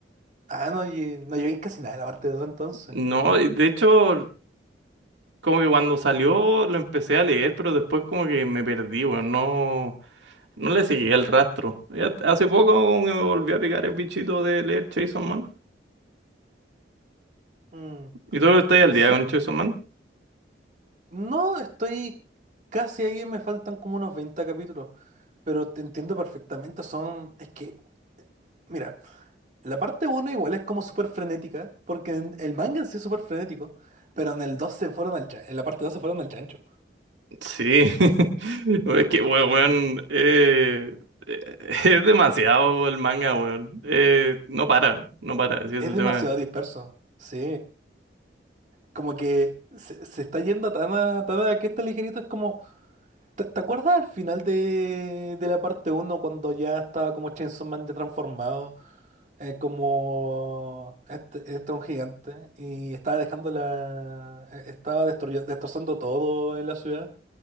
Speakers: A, on the right; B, on the right.
A: Ah, no, lle- no llegáis casi nada de la parte dos entonces.
B: No, y de hecho... Como que cuando salió lo empecé a leer, pero después como que me perdí, weón. No, no le seguí el rastro. Y hasta- hace poco como que me volví a picar el bichito de leer Chainsaw Man.
A: Mm,
B: ¿Y tú estás al
A: sí.
B: día con Chainsaw Man?
A: No, estoy casi ahí, me faltan como unos 20 capítulos. Pero te entiendo perfectamente, son... Es que, mira, la parte uno igual es como súper frenética, porque en- el manga en sí es súper frenético, pero en el 2 se fueron al chan- en la parte 2 se fueron al chancho.
B: Sí. <laughs> Es que, we- weón, eh, <laughs> eh, es demasiado el manga, weón. Eh, no para, no para, así es
A: Es
B: el
A: demasiado
B: tema.
A: disperso. Sí. Como que se, se está yendo tan a, tan a que este ligerito es como. ¿Te, te acuerdas al final de, de la parte uno cuando ya estaba como Chainsaw Man ya transformado? eh, como este, este un gigante. Y estaba dejando la. eh, Estaba destruy- destrozando todo en la ciudad.